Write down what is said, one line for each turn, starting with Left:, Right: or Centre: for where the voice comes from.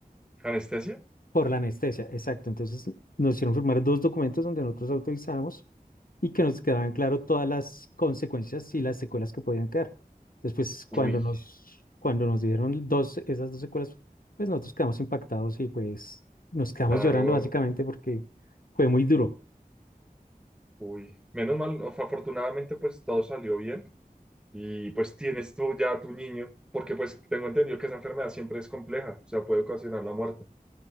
Centre: ¿Anestesia?
Left: Por la anestesia, exacto. Entonces nos hicieron firmar dos documentos donde nosotros autorizamos y que nos quedaban claro todas las consecuencias y las secuelas que podían quedar. Después, cuando
Centre: Uy,
Left: nos, cuando nos dieron dos, esas dos secuelas, pues nosotros quedamos impactados y pues nos quedamos
Centre: claro.
Left: llorando básicamente porque fue muy duro.
Centre: Uy. Menos mal, af- afortunadamente, pues todo salió bien. Y pues tienes tú ya a tu niño, porque pues tengo entendido que esa enfermedad siempre es compleja, o sea, puede ocasionar la muerte.